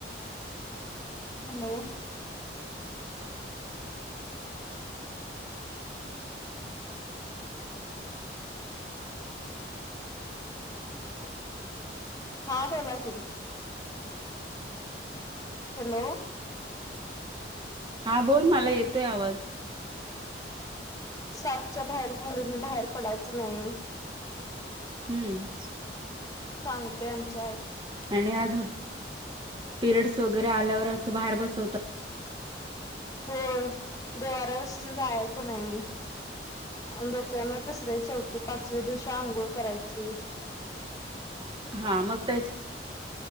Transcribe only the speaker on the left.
हॅलो हा बोला की. हॅलो.
सातच्या बाहेर मुलींनी बाहेर पडायचं नाही.
सांगते आमची आई.
होय. देवाऱ्यापशी तेन जायाचं नाही. आणि डोक्यावरन तिसरी, चौथी, पाचवी दिवशी आंघोळ करायची.